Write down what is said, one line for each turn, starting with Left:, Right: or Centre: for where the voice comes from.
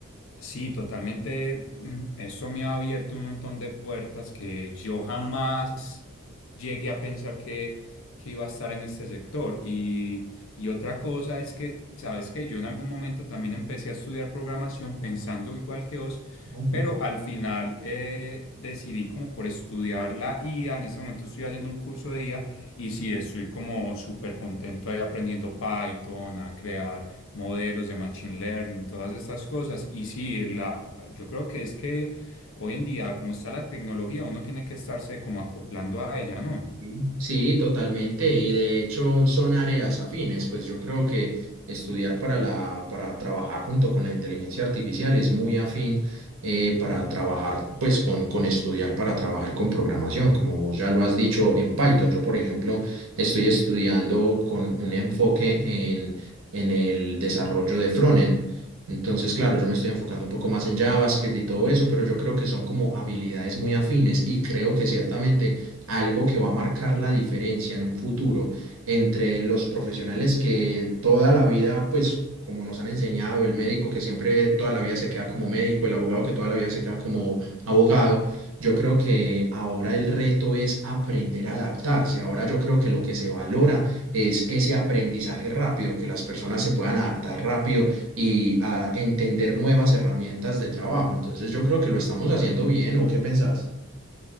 Left: Sí, totalmente. mm, Eso me ha abierto un montón de puertas que yo jamás llegué a pensar que, que iba a estar en este sector. Y, y otra cosa es que, sabes que yo en algún momento también empecé a estudiar programación pensando igual que vos,
Right: ok.
Left: pero al final eh, decidí como por estudiar la IA. En este momento estoy haciendo un curso de IA y sí, estoy como súper contento ahí aprendiendo Python, a crear modelos de machine learning, todas estas cosas. Y sí, la, yo creo que es que hoy en día, como está la tecnología, uno tiene que estarse como acoplando a ella, ¿no?
Right: Sí, Sí, totalmente. Y de hecho son áreas afines. Pues yo creo que estudiar para la, para trabajar junto con la inteligencia artificial es muy afín eh, para trabajar, pues con, con estudiar para trabajar con programación, como vos ya lo has dicho en Python. Yo, por ejemplo, estoy estudiando con un enfoque en, en el desarrollo de frontend. Entonces, claro, yo me estoy enfocando un poco más en JavaScript y todo eso, pero yo creo que son como habilidades muy afines y creo que ciertamente algo que va a marcar la diferencia en un futuro entre los profesionales que toda la vida, pues como nos han enseñado, el médico que siempre toda la vida se queda como médico, el abogado que toda la vida se queda como abogado, yo creo que ahora el reto es aprender a adaptarse. Ahora yo creo que lo que se valora es ese aprendizaje rápido, que las personas se puedan adaptar rápido y a entender nuevas herramientas de trabajo. Entonces yo creo que lo estamos haciendo bien, ¿o qué pensás?